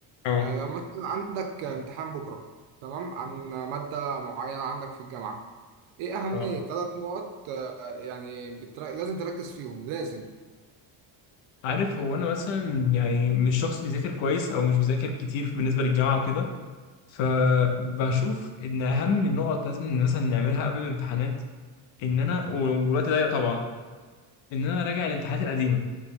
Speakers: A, on the left; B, on the right.
A: اه
B: آه، لو مثلا عندك امتحان بكرة تمام عن مادة معينة عندك في الجامعة ايه اهم
A: اه
B: ثلاث نقط آه، يعني بتر... لازم تركز فيهم لازم
A: عارف هو انا مثلا يعني مش شخص بيذاكر كويس او مش بيذاكر كتير بالنسبة للجامعة وكده فبشوف ان اهم النقط لازم مثلا نعملها قبل الامتحانات ان انا والوقت ضيق طبعا ان انا راجع الامتحانات القديمة